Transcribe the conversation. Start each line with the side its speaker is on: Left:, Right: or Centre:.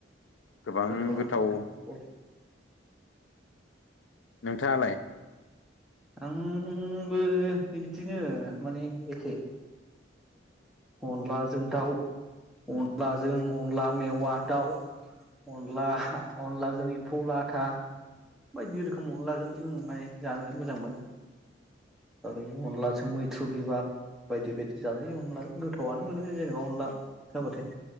Left: गोबां
Centre: गोथावआनो।
Left: गोथाव नोंथाङालाय?
Centre: आंबो इदिनो माने एखे ओ अनलाजों दाउ अनलाजों अनला मेवा दाउ। अनला अनलाजों एम्फौ लाथा। बायदि रोखोम अनलाजों <unintelligible> जानो मोजां मोनो। ओरै अनलाजों मैथ्रु बिबार बायदि बायदि जाजायो अनलाजों गोथावआनो मोनो जेनेबा अनला जाबाथाय।